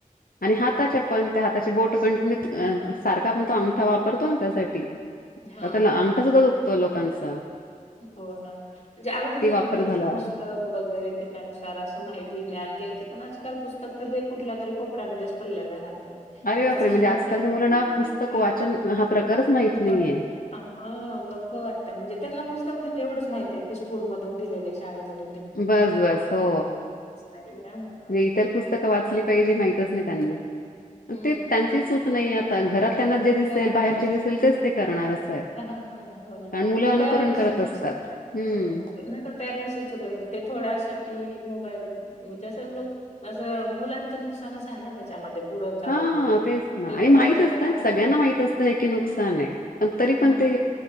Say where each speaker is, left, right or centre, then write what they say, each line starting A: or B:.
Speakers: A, on the left; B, on the left.
A: आणि हाताच्या पण त्या हाताची बोट <unintelligible> सारखा आपण तो अंगठा वापरतो ना त्यासाठी
B: हा
A: आता अंगठा सुद्धा दुखतो लोकांचा चा
B: हो ना म्हणजे आगोदर जे
A: वापर
B: दिवस
A: झाला
B: पुस्तक वगैरे तेच्यानुसार आस माहिती ज्ञान घ्यायची पण आजकाल पुस्तक तर ते कुठल्या तरी कोपऱ्यामध्येच पडलेलं राहत तय
A: अरे
B: <unintelligible>
A: बापरे! म्हणजे आजकालच्या मुलांना पुस्तक वाचन हा प्रकारच माहीत नाहीये.
B: आगं नको वाटत म्हणजे त्याला पु जेवढंच माहितय की स्कूल मधून दिलेले शाळेमध्ये
A: बस बस हो
B: नाही. हां.
A: इतर पुस्तकं वाचली पाहिजे माहितच नाही त्यांना
B: हं.
A: ते त्यांची चूक नाही आ घरात त्यांना जे दिसेल
B: पॅरेंट्स
A: बाहेरचे दिसेल तेच ते करणार असय
B: हां, हां. हो ना.
A: कारण मुलं
B: तर
A: अनुकरण
B: पॅरेंट्सचीच
A: करत असतात हम्
B: हं. नाही पण पॅरेंट्सची चूक आहे म्हणजे ते थोड्यासाठी मोबाईल म्हणजे असं लोक असं मुलांचं नुकसानच आहे ना त्याच्यामध्ये पुढं चालून.
A: हा तेच ना
B: ते
A: आणि
B: थोड्यासाठी
A: माहित असत
B: हट
A: सगळ ना माहित असतय की नुकसान ये पण तरी
B: हं,
A: पण ते